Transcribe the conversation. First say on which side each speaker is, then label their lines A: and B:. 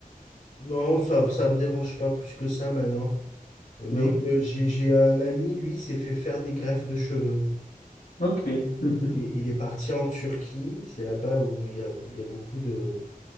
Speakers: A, on the left (about 60°); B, on the left (about 75°).
A: non, ça, ça me dérange pas plus que ça maintenant. Mais
B: Non?
A: euh, j'ai, j'ai un ami, lui, s'est fait faire des greffes de cheveux.
B: OK. Mhm.
A: Il, est il est parti en Turquie, c'est là-bas où il y a, il y a beaucoup de,